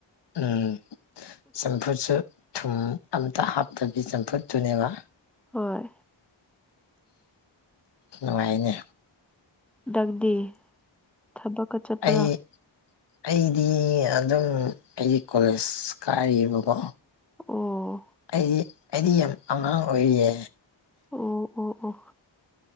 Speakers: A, on the left; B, in the centre.
A: ꯎꯝ ꯆꯝꯐꯨꯠꯁꯨ ꯊꯨꯝ ꯑꯝꯇ ꯍꯥꯞꯇꯕꯤ ꯆꯝꯐꯨꯠꯇꯨꯅꯦꯕ
B: ꯍꯣꯏ
A: ꯅꯨꯡꯉꯥꯏꯅꯦ
B: ꯗꯪꯗꯤ ꯊꯕꯛꯀ ꯆꯠꯄ꯭ꯔꯥ
A: ꯑꯩ ꯑꯩꯗꯤ ꯑꯗꯨꯝ ꯑꯩꯒꯤ ꯀꯣꯂꯦꯖ ꯀꯥꯏꯔꯤꯕꯀꯣ
B: ꯑꯣ
A: ꯑꯩꯗꯤ ꯑꯩꯗꯤ ꯌꯥꯝ ꯑꯉꯥꯡ ꯑꯣꯏꯔꯤꯌꯦ
B: ꯑꯣ ꯑꯣ ꯑꯣ